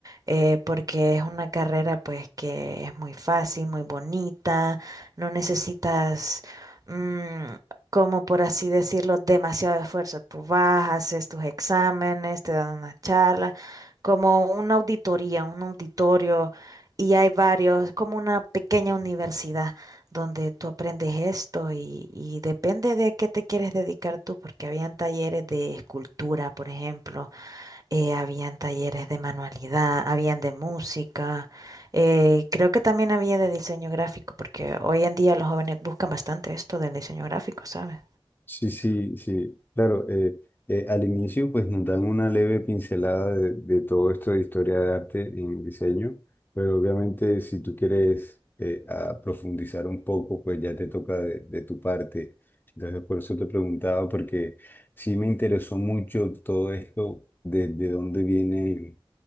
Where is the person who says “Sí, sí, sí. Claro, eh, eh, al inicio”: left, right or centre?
Left